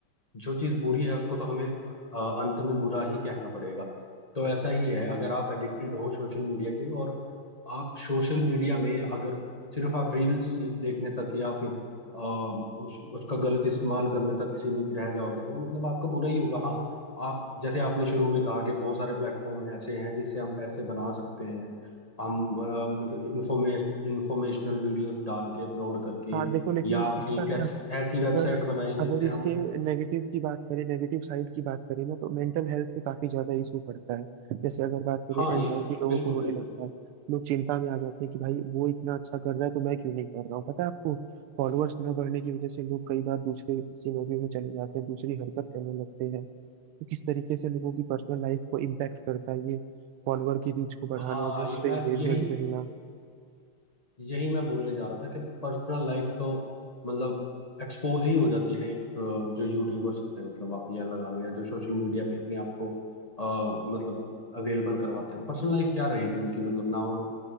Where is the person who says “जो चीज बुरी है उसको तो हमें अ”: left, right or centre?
Left